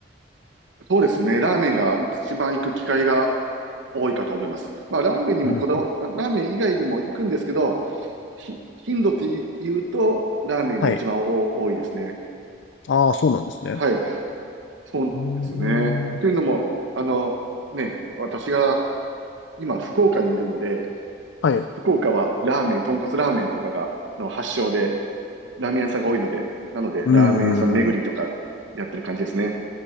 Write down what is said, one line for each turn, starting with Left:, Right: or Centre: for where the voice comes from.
Right: そうですね。ラーメンが一番行く機会が多いかと思います。まあ、ラーメンにもこだわ、
Left: うんうん。
Right: ラーメン以外でも行くんですけど、ひ頻度って言うと、ラーメンが一番お多いですね。
Left: はい。ああ、そうなんですね。
Right: はい。そうですね。
Left: うーん。
Right: というのも、あの、ね、私が今福岡にいるので、
Left: はい。
Right: 福岡はラーメン、豚骨ラーメンとかが、の発祥で、ラーメン屋さんが多いので、なので、
Left: うー
Right: ラーメン屋さん巡りとかやってる感じですね。
Left: ん。